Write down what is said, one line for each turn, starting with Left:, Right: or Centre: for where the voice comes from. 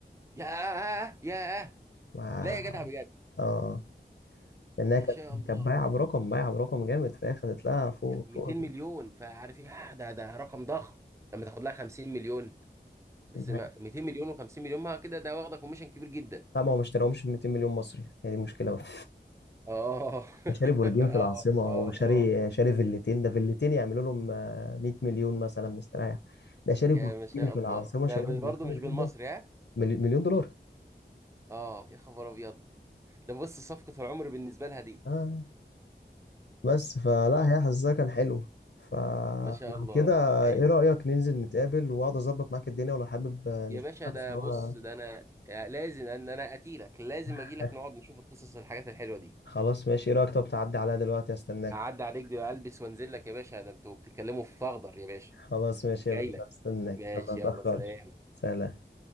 Right: ياه ياه
Left: ما
Right: لا يا جدع بجد
Left: اه لانها
Right: ما
Left: كانت
Right: شاء الله
Left: كانت بايعه برقم بايعه برقم جامد فهي خدت لها فوق
Right: 200
Left: فوق ال-
Right: مليون فعارف ايه آه، ده ده رقم ضخم لما تاخد لها 50 مليون بس
Left: حاجه
Right: ما 200 مليون و50 مليون ما كده ده واخده كوميشن كبير جدا
Left: لا ما هو ما اشتراهمش ب 200 مليون مصري هي دي المشكله بقى
Right: اه <laughs>
Left: ده شاري برجين
Right: اه
Left: في العاصمه هو
Right: اه
Left: شاري
Right: اه
Left: شاري فيلتين ده فيلتين يعملوا لهم آه، 100 مليون مثلا مستريح ده شاري
Right: يا
Left: برجين
Right: ما شاء
Left: في
Right: الله
Left: العاصمه
Right: ده
Left: شاري
Right: بال-
Left: ب
Right: برضه
Left: 200 مليون
Right: مش بالمصري
Left: دولار
Right: ها
Left: ملي- مليون دولار
Right: اه يا خبر ابيض ده بص صفقة العمر بالنسبة لها دي
Left: آه. بس فلا
Right: تمام.
Left: هي حظها كان حلو فلو
Right: ما شاء الله
Left: كده
Right: ايوه
Left: ايه رأيك ننزل نتقابل واقعد اظبط معاك الدنيا ولو حابب آه، نشتغل
Right: يا باشا ده
Left: سوا
Right: بص ده انا لازم ان انا اتيلك لازم
Left: <laughs>
Right: اجي لك نقعد نشوف القصص الحاجات الحلوة دي
Left: خلاص ماشي ايه رأيك طب تعدي عليا دلوقتي استناك
Right: اعدي عليك دي البس وانزل لك يا باشا ده انتوا بتتكلموا في فخدر يا باشا
Left: خلاص ماشي
Right: جاي
Left: يا باشا
Right: لك
Left: استناك
Right: ماشي
Left: ما اتأخرش
Right: يلا سلام
Left: سلام